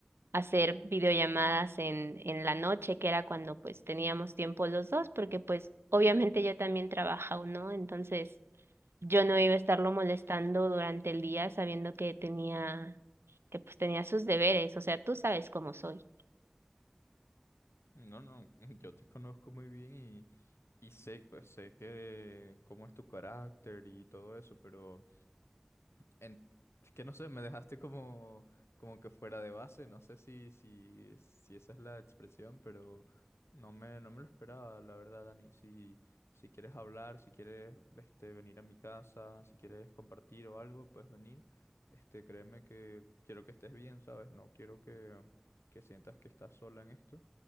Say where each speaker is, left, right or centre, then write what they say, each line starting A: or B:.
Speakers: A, on the right; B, on the left.
A: hacer videollamadas en, en la noche, que era cuando pues teníamos tiempo los dos, porque pues obviamente ella también trabaja, ¿no? Entonces yo no iba a estarlo molestando durante el día sabiendo que tenía, que pues tenía sus deberes, o sea, tú sabes cómo soy.
B: No, no, <laughs> yo te conozco muy bien y, y sé, pues sé que cómo es tu carácter y todo eso, pero... En, es que no sé, me dejaste como, como que fuera de base, no sé si, si, si esa es la expresión, pero no me, no me lo esperaba, la verdad, Dani. Si, si quieres hablar, si quieres este, venir a mi casa, si quieres compartir o algo, puedes venir. Este, créeme que quiero que estés bien, ¿sabes? No quiero que, que sientas que estás sola en esto.